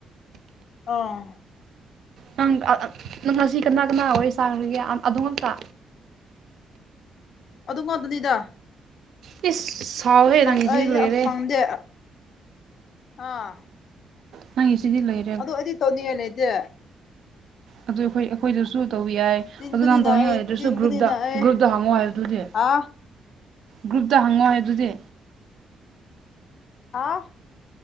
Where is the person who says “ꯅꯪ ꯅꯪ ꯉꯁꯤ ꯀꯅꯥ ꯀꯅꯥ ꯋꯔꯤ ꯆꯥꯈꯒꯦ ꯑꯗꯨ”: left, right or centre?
Right